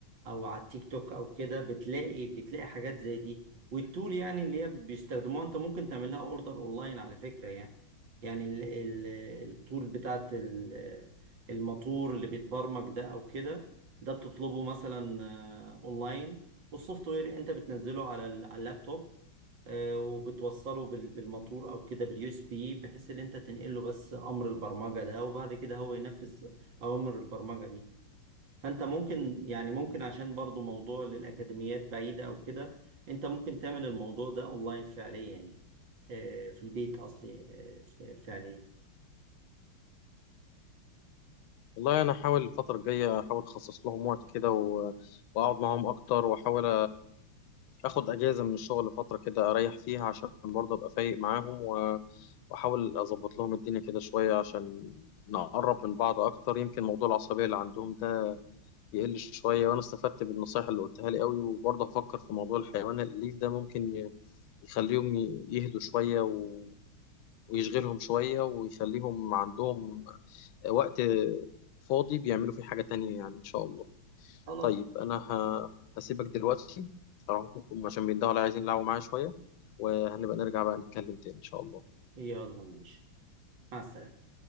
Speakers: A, on the right (about 65°); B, on the left (about 75°).
A: او على التيك توك او كده بتلاقي بتلاقي حاجات زي دي والتول يعني اللي هي بيستخدموها انت ممكن تعمل لها اوردر اونلاين على فكرة يعني يعني ال ال التول بتاعت ال- الموتور اللي بيتبرمج ده او كده ده بتطلبه مثلا آه، اونلاين والسوفت وير انت بتنزله على ال- على اللابتوب آه، وبتوصله بال- بالموتور او كده باليو اس بي بحيث ان انت تنقل له بس امر البرمجة ده وبعد كده هو ينفذ اوامر البرمجة دي فانت ممكن يعني ممكن عشان برضو موضوع للاكاديميات بعيده او كده انت ممكن تعمل الموضوع ده اونلاين فعليا يعني آه، في البيت اصلي آه، ف- فعليا
B: والله انا احاول الفتره الجايه احاول اخصص لهم وقت كده و... واقعد معاهم اكتر واحاول اخد اجازه من الشغل فتره كده اريح فيها عشان برضه ابقى فايق معاهم و... واحاول اظبط لهم الدنيا كده شويه عشان نقرب من بعض اكتر يمكن موضوع العصبيه اللي عندهم ده يقل شويه وانا استفدت بالنصايح اللي قلتها لي قوي وبرضه هفكر في موضوع الحيوان الاليف ده ممكن ي... يخليهم ي- يهدوا شويه و... ويشغلهم شوية ويخليهم عندهم وقت فاضي بيعملوا فيه حاجة تانية يعني إن شاء الله
A: خلاص
B: طيب أنا ه- هسيبك دلوقتي أروح أشوفهم عشان بيندهوا على عايزين يلعبوا معايا شوية وهنبقى نرجع بقى نتكلم تاني إن شاء الله
A: يلا ماشي مع السلامه